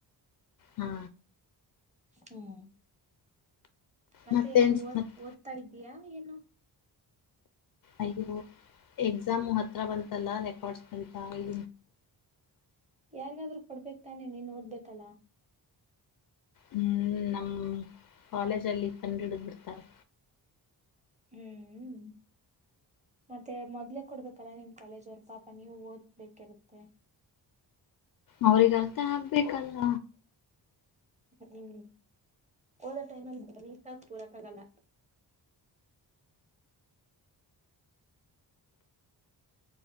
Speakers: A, on the left (about 55°); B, on the right (about 15°).
A: ಹಾ
B: ಹ್ಮ್ ಮತ್ತೆ
A: ಮತ್ತೇನ್
B: ಏನು
A: ಸಮಾಚಾರ?
B: ಓದ ಓದ್ತಾ ಇದ್ದೀಯಾ ಏನು
A: ಅಯ್ಯೋ ಎಕ್ಸಾಮು ಹತ್ರ ಬಂತಲ್ಲಾ ರೆಕಾರ್ಡ್ಸ್ ಬಂತಾ ಇ.
B: ಯಾರ್ಗಾದ್ರ್ೂ ಕೊಡ್ಬೇಕಕ್ ತಾನೆ ನೀನ್ ಓದ್ಬೇಕಲ್ಲಾ.
A: ಹ್ಮ್ ನಮ್ಮ ಕಾಲೇಜಲ್ಲಿ ಕಂಡ ಹಿಡಿದು ಬಿಿಡ್ತಾರೆ.
B: ಹ್ಮ್. ಮತ್ತೆ ಮೊದ್ಲೇ ಕೊಡ್ಬೇಕಲ್ಲ ನಿಮ್ ಕಾಲೇಜ್ ಅವರು ಪಾಪ ನೀವು ಓದ್ಬೇಕಿರುತ್ತೆ.
A: ಅವ್ರಗ್ ಅರ್ಥ ಹಾಕ್ಬೇಕಲ್ಲ
B: ಹ್ಮ ಒದ ಟೈಮ ಬಳ ತ ಪೂರಾಕಾಗಲ್ಲ